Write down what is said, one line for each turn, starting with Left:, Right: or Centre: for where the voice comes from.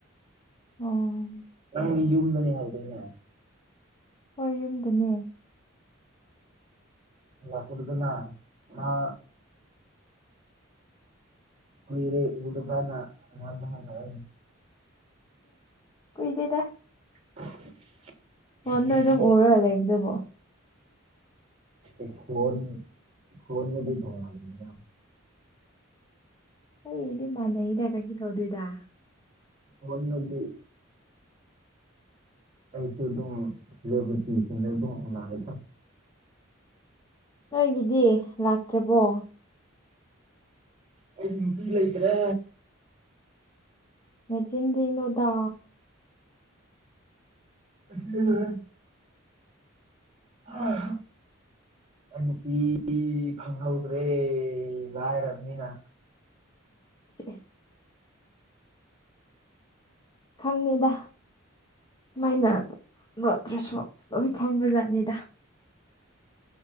Left: ꯑꯣ
Right: ꯅꯪꯗꯤ ꯌꯨꯝꯗꯅꯤ ꯍꯥꯏꯗꯥꯏꯅꯦ
Left: ꯍꯣꯏ ꯌꯨꯝꯗꯅꯦ
Right: <unintelligible> ꯀꯨꯏꯔꯦ ꯎꯗꯕꯅ ꯑꯩꯉꯣꯟꯗ ꯍꯥꯏꯔꯛꯑꯦ
Left: ꯀꯨꯏꯗꯦꯗ
Right: <inaudible> ꯍꯥꯏꯔꯛꯑꯦ
Left: ꯐꯣꯟꯗ ꯑꯗꯨꯝ ꯎꯔꯒ ꯂꯩꯕꯗꯨꯕꯣ
Right: ꯏꯈꯣꯟ ꯏꯈꯣꯟꯗꯗꯤ ꯇꯣꯉꯥꯟꯂꯤꯗꯅ
Left: ꯑꯩꯒꯤꯗꯤ ꯃꯥꯅꯩꯗ ꯀꯩꯁꯨ ꯇꯧꯗꯦꯗ
Right: ꯐꯣꯟꯗꯗꯤ ꯑꯩꯁꯨ ꯑꯗꯨꯝ ꯂꯣꯏꯕ ꯆꯤꯡꯁꯤꯟꯅꯗꯧ ꯃꯥꯟꯂꯤꯗ
Left: ꯅꯪꯒꯤꯗꯤ ꯂꯥꯛꯇ꯭ꯔꯥꯕꯣ
Right: ꯑꯩꯗꯤ ꯅꯨꯄꯤ ꯂꯩꯇ꯭ꯔꯦ
Left: ꯅꯆꯤꯟ ꯗꯤꯅꯨꯗꯥ
Right: ꯑꯁꯦꯡꯕꯅꯦ ꯍꯥ ꯍꯝ ꯑꯩ ꯅꯨꯄꯤ ꯐꯪꯍꯧꯗ꯭ꯔꯦ ꯂꯥꯏꯔꯕꯅꯤꯅ
Left: ꯁꯤ ꯏꯁ ꯈꯪꯉꯤꯗ ꯃꯥꯏꯅ ꯂꯣꯠꯇ꯭ꯔꯥꯁꯨ ꯂꯣꯏ ꯈꯪꯕꯖꯥꯠꯅꯤꯗ